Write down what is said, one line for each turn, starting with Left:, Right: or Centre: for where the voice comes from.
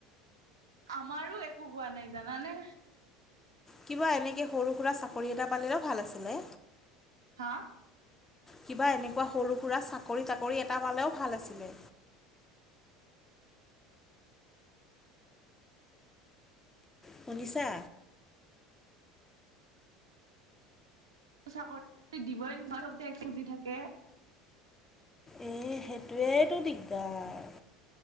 Right: আমাৰো একো হোৱা নাই, জানানে?
Left: কিবা এনেকে সৰু সুৰা চাকৰি এটা পালেও ভাল আছিলে।
Right: হা?
Left: কিবা এনেকুৱা সৰু সুৰা চাকৰি তাকৰি এটা পালেও ভাল আছিলে। শুনিছা?
Right: চাকৰি দিবই <unintelligible> <unintelligible> <unintelligible> খুজি থাকে।
Left: এ সেইটোৱেইতো দিগদাৰ।